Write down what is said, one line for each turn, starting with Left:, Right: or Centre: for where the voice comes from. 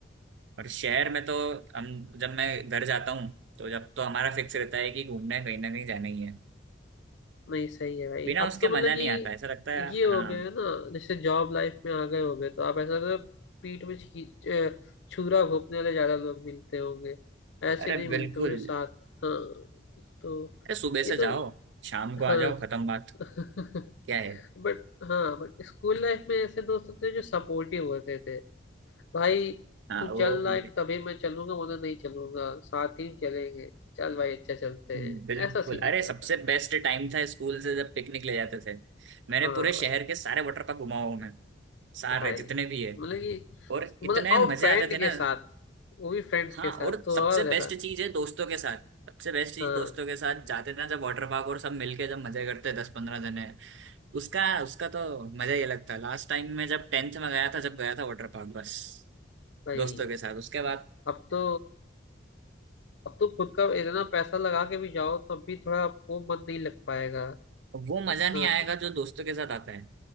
Right: और शहर में तो हम जब मैं घर जाता हूँ तो जब तो हमारा फिक्स रहता है कि घूमना है कहीं ना कहीं जाना ही है
Left: नहीं सही है भाई
Right: बिना
Left: अब
Right: उसके
Left: तो मतलब
Right: मजा
Left: कि
Right: नहीं आता ऐसा लगता है
Left: ये हो
Right: हाँ
Left: गया है ना जैसे जॉब लाइफ में आ गए होगे तो आप ऐसा ना पीठ में छी- अ, छुरा घोंपने वाले ज्यादा लोग मिलते होंगे ऐसे
Right: अरे
Left: नहीं
Right: बिल्कुल
Left: मिलते मेरे साथ हाँ तो
Right: अरे सुबह से
Left: ये
Right: जाओ
Left: तो
Right: शाम को आ
Left: हाँ
Right: जाओ खत्म बात
Left: <laughs>
Right: क्या है
Left: बट हाँ बट स्कूल लाइफ में ऐसे दोस्त होते थे जो सपोर्टिव होते थे भाई
Right: हाँ
Left: तू
Right: वो
Left: चल रहा
Right: भी
Left: है कि तभी मैं चलूंगा वरना नहीं चलूंगा साथ ही चलेंगे चल भाई अच्छा चलते
Right: बिल्कुल
Left: हैं ऐसा सीन
Right: अरे
Left: होता
Right: सबसे
Left: था
Right: बेस्ट टाइम था स्कूल से जब पिकनिक ले जाते थे मेरे
Left: हाँ
Right: पूरे
Left: भाई
Right: शहर के सारे वाटर पार्क घुमा हूं मैं सारे
Left: भाई
Right: जितने भी है
Left: मतलब कि
Right: और
Left: मतलब
Right: इतने
Left: और
Right: मजे
Left: फ्रेंड
Right: आते थे
Left: के
Right: ना
Left: साथ वो भी फ्रेंड्स के
Right: हाँ
Left: साथ
Right: और
Left: तो
Right: सबसे
Left: और ज्यादा
Right: बेस्ट चीज है दोस्तों के साथ सबसे बेस्ट चीज
Left: हाँ
Right: दोस्तों के साथ जाते थे ना जब वाटर पार्क और सब मिलके जब मजे करते दस पंद्रह जने उसका उसका तो मजा ही अलग था लास्ट टाइम में जब टेंथ में गया था जब गया था वाटर पार्क बस
Left: भाई
Right: दोस्तों के साथ उसके बाद
Left: अब तो अब तो खुद का इतना पैसा लगा के भी जाओ तब भी थोड़ा वो मन नहीं लग पाएगा
Right: वो
Left: इतना
Right: मजा नहीं आएगा जो दोस्तों के साथ आता है